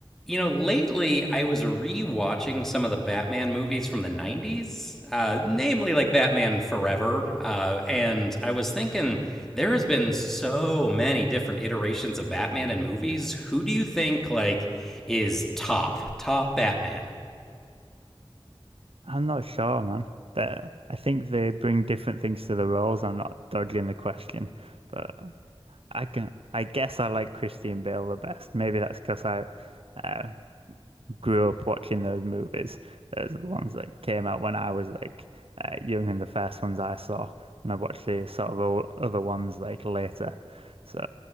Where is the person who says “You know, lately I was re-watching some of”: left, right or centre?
Centre